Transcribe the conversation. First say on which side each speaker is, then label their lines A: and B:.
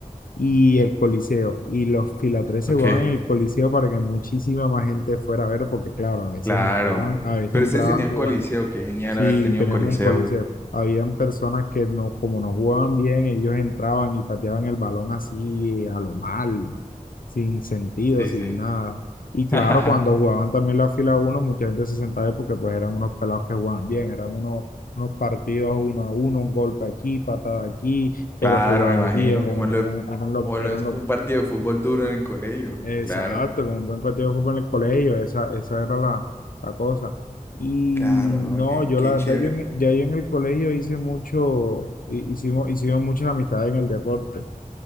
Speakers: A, on the left; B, on the left.
A: y el coliseo. Y los fila 3 se
B: ok.
A: jugaban en el coliseo para que muchísima más gente fuera a ver, porque claro, a veces
B: Claro.
A: entraban, a veces
B: Pero
A: entraban
B: ustedes tenían coliseo, qué genial
A: Sí,
B: haber tenido
A: teníamos
B: coliseo.
A: un coliseo. Habían personas que no, como no jugaban bien, ellos entraban y pateaban el balón así a lo mal, sin sentido,
B: Sí,
A: sin
B: sí.
A: nada. Y claro,
B: <laughs>
A: cuando jugaban también la fila uno mucha gente se sentaba ahí porque pues eran unos pelados que jugaban bien, eran unos, unos partidos uno a uno, un golpe aquí, patada aquí, pero
B: Claro,
A: jugada
B: me imagino,
A: aquí, era,
B: como lo,
A: eran, eran los,
B: como lo
A: eran
B: es como
A: los,
B: un partido de fútbol duro en el colegio.
A: Exacto,
B: Claro.
A: con un buen partido de fútbol en el colegio, esa, esa era la, la cosa. Y
B: Claro, ¿no?
A: no,
B: Qué,
A: yo
B: qué
A: la verdad,
B: chévere.
A: yo en- ya yo en el colegio hice mucho, hi- hicimos, hicimos muchas amistades en el deporte,